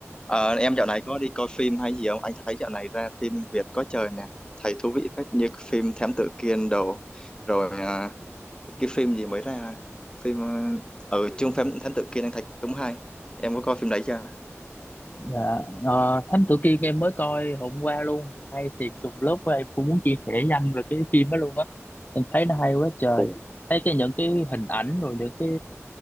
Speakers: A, on the left; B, on the left.
A: Ờ, em dạo này có đi coi phim hay gì không? Anh thấy dạo này ra phim Việt có trời nè, thấy thú vị phết như cái phim Thám Tử Kiên đồ, rồi à, cái phim gì mới ra, phim ờ, ở chung phim Thám Tử Kiên anh thấy cũng hay. Em có coi phim đấy chưa?
B: Dạ, ờ, Thám Tử Kiên em mới coi hôm qua luôn hay thiệt trùng lớp em cũng muốn chia sẻ nhanh về cái phim đó luôn á em thấy nó hay quá trời
A: Ồ,
B: thấy cái những cái hình ảnh rồi những cái